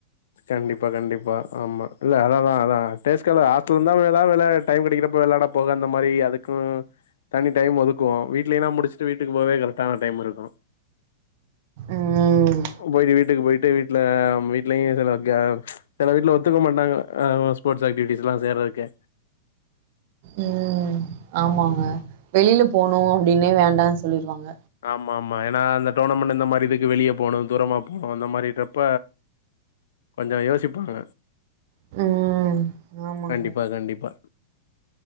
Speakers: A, on the left; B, on the right.
A: கண்டிப்பா கண்டிப்பா ஆமா இல்ல அதாதா அதா டேஸ்காலர்‌ ஹாஸ்டல்லந்தா எதா இதுல டைம் கெடைக்கிறப்ப வெளாட போக அந்த மாரி அதுக்கு தனி டைம் ஒதுக்குவோ வீட்லேனா முடிச்சுட்டு வீட்டுக்கு போவே கரக்டான டைம் இருக்கு
B: ம்
A: போயிட்டு வீட்டுக்கு போயிட்டு வீட்ல வீட் லையு செலங்க செல வீட்ல ஒத்துக்க மாட்டாங்க ஸ்போர்ட்ஸ் ஆக்டிவிட்டிஸ்லா சேறக்கு
B: ம் ஆமாங்க வெளில போணு அப்டின்னே வேண்டா சொல்லிருவாங்க
A: ஆமாமா ஏன்னா அந்த டூர்னமெண்ட் இந்த மாதிரி இதுக்கு வெளியே போணு தூரமா போணு அந்த மாரிட்ரப்ப கொஞ்சோ யோசிப்பாங்க
B: ம் ஆமாங்க
A: கண்டிப்பா கண்டிப்பா